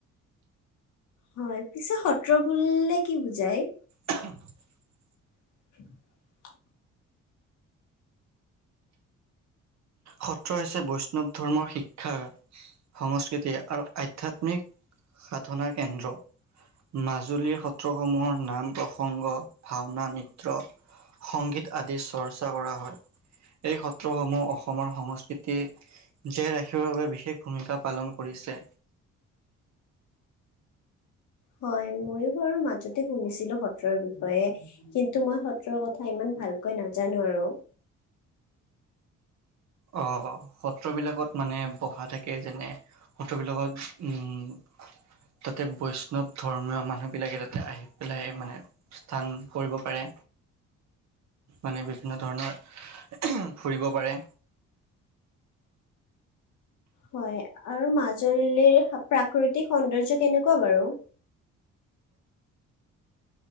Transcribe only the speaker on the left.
হয় পিছে সত্ৰ বুলে কি বুজাই
উ <unintelligible>
হয় ময়ো বাৰু মাজতে শুনিছিলো সত্ৰৰ বিষয়ে কিন্তু মই সত্ৰৰ কথা ইমান ভালকৈ নাজানো আৰু
হয় আৰু মাজুলীৰ প্ৰাকৃতিক সৌন্দৰ্য কেনেকুৱা বাৰু